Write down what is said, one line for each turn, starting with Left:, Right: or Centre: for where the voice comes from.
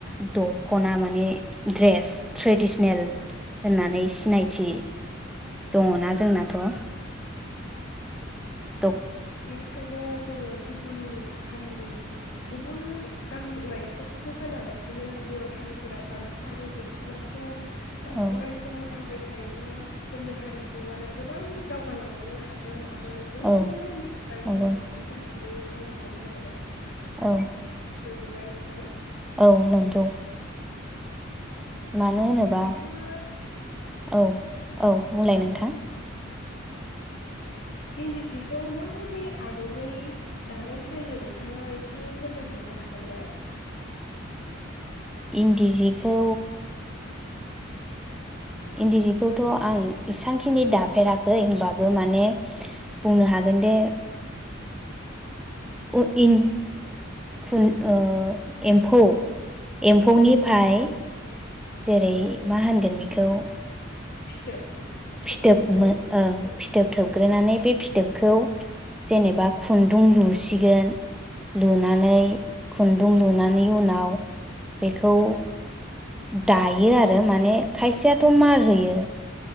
Centre: दखना माने ड्रेस ट्रेडिसनेल
Left: औ
Centre: होननानै सिनायथि दङना जोंनाथ' औ दख
Left: बेंखायनो जोङो गुबुन हारिनि गुबुन गाननाय खसाबखौ गानालासिनो बर' हारिफोरा गामसा आरो दख'नाखौ अराय
Centre: औ
Left: सम गान बाय थायोब्ला जोंनि हारि औ आरो गोबां दावगालांबावनो हागोन आरो बयजोंबो
Centre: औ
Left: मिथिसार
Centre: नंगौ
Left: जानो हागोन होननानै आं सानो आरोना
Centre: औ
Left: नंगौना नोंथां
Centre: औ नंगौ मानो होनोबा
Left: नोंथाङा
Centre: औ औ बुंलाय नोंथां
Left: इन्दि सिखौ माबायदि आदबै दानाय जायो नोंथाङा एसे फोरमायहरनो हागोन ना
Centre: इन्दि जिखौ इन्दि जिखौथ' आं इसांखिनि दाफेराखै होनबाबो माने बुंनो हागोन दे ओ इं खुन ओ एम्फौ एम्फौनिफाय
Left: औ
Centre: जेरै मा होनगोन बेखौ
Left: फिथोब थोबग्रोनानै
Centre: फिथोब ओं
Left: जेनेबा
Centre: फिथोब थोबग्रोनानै बे फिथोबखौ जेनेबा खुन्दुं लुसिगोन लुनानै खुन्दुं लुनानै उनाव बेखौ दायो आरो माने खायसेयाथ' मार होयो